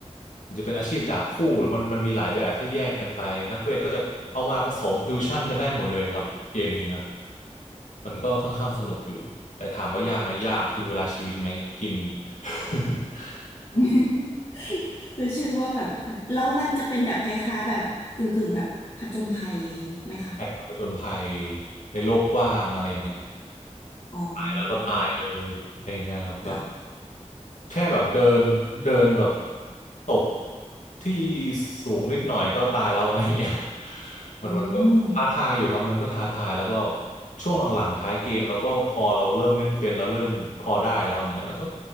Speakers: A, on the left; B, on the left.
A: หรือจะเป็นอาชีพดาบคู่หรือมันมันมีหลายแบบที่แยกกันไปนักเวทก็จะเอามาผสมฟิวชั่นกันได้หมดเลยครับเกมนี้นะมันก็ค่อนข้างสนุกอยู่แต่ถามว่ายากไหมยากกินเวลาชีวิตไหมกิน <laughs>
B: <laughs> คือชื่อว่าแบบเนี่ยแล้วมันจะเป็นแบบคล้ายๆแบบกึ่งๆแบบผจญภัยไหมคะ
A: ใช่ครับผจญภัยในโลกกว้างอะไรอย่างเงี้ยต
B: อ๋อ
A: ายแล้วก็ตายเลยอะไรอย่างเงี้ยครับแบบ
B: ค่ะ
A: แค่แบบเดินเดินแบบตกที่สูงนิดหน่อยก็ตายแล้วอะไรอย่างเงี้ย <laughs> มันมันก็ท้าทายอยู่ครับมันก็ท้าทายแล้วก็
B: อืม
A: ช่วงหลังๆท้ายเกมแล้วก็พอเราเริ่มเล่นเป็นเราเริ่มพอได้แล้วอย่างเงี้ยแล้วก็